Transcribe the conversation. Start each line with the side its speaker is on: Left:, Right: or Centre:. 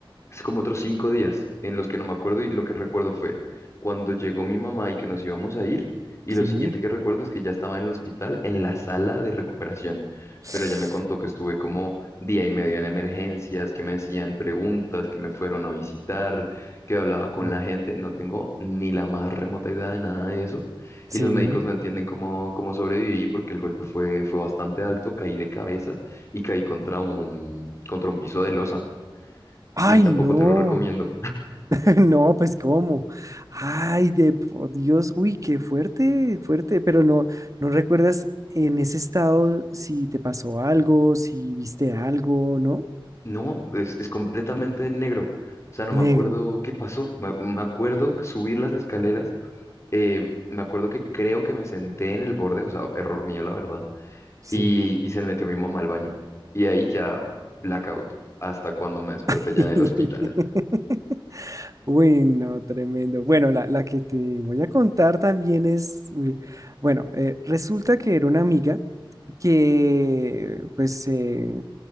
Left: es como otros cinco días en los que no me acuerdo y lo que recuerdo fue cuando llegó mi mamá y que nos íbamos a ir y
Right: sí.
Left: lo siguiente que recuerdo es que ya estaba en el hospital en la sala de recuperación,
Right: <sniffs>
Left: pero ella me contó que estuve como día y medio en emergencias, que me hacían preguntas, que me fueron a visitar, que hablaba con
Right: Uh,
Left: la gente, no tengo ni la más remota idea de nada de eso
Right: sí.
Left: y los médicos no entienden cómo, cómo sobreviví porque el golpe fue, fue bastante alto, caí de cabeza y caí contra un, contra un piso de losa. Y
Right: Ay,
Left: tampoco
Right: no.
Left: te lo recomiendo.
Right: No, pues cómo. Ay, de por Dios, uy, qué fuerte, fuerte, pero no, no recuerdas en ese estado si te pasó algo, si viste algo, ¿no?
Left: No, es, es completamente negro. O sea, no
Right: Negro,
Left: me acuerdo qué pasó. Me, me acuerdo que subir las escaleras. eh, me acuerdo que creo que me senté en el borde, o sea, error mío, la verdad.
Right: sí.
Left: Y, y se metió mi mamá al baño. Y ahí ya blackout. Hasta cuando me desperté
Right: <laughs>
Left: ya en el hospital.
Right: Uy, no, tremendo. Bueno, la, la que te voy a contar también es, uy, bueno, eh, resulta que era una amiga que, pues, eh,